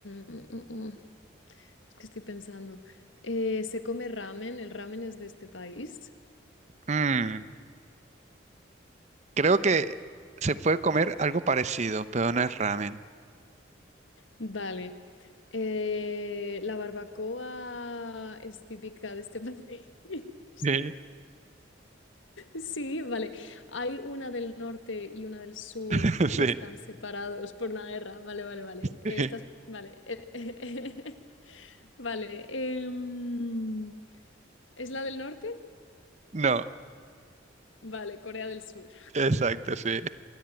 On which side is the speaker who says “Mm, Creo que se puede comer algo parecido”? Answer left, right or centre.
Right